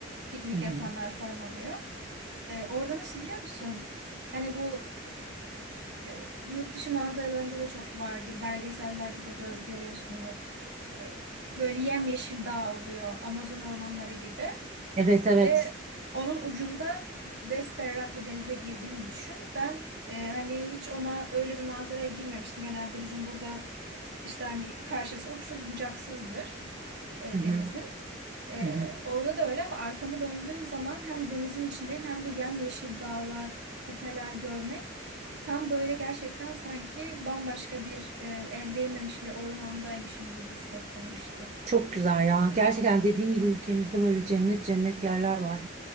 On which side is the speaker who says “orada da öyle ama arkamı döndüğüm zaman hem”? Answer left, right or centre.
Right